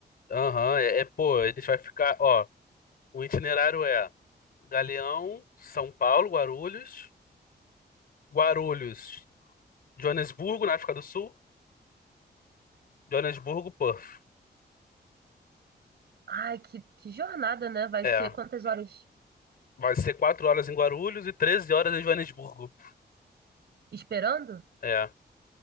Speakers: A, on the left; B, on the right.
A: Aham, é, é, pô, eles vai ficar, ó, o itinerário é Galeão, São Paulo, Guarulhos, Guarulhos, Joanesburgo, na África do Sul, Joanesburgo, Perth.
B: Ai, que, que jornada, né? Vai
A: É,
B: ser quantas horas
A: vai ser quatro horas em Guarulhos e 13 horas em Joanesburgo.
B: esperando?
A: É, a